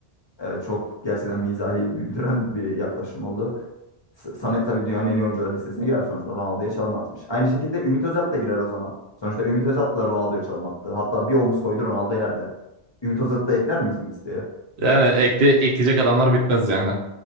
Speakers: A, on the left; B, on the right.
A: Evet, çok gerçekten mizahi güldüren bir yaklaşım oldu. S- Samet tabii dünyanın en iyi oyuncuları listesine girer. Sonuçta Ronaldo'ya çalım atmış. Aynı şekilde Ümit Özat da girer o zaman. Sonuçta Ümit Özat da Ronaldo'ya çalım attı. Hatta bir omuz koydu Ronaldo yerde. Ümit Özat'ı da ekler miyiz bu listeye?
B: Yani ekle, ekleyecek adamlar bitmez yani.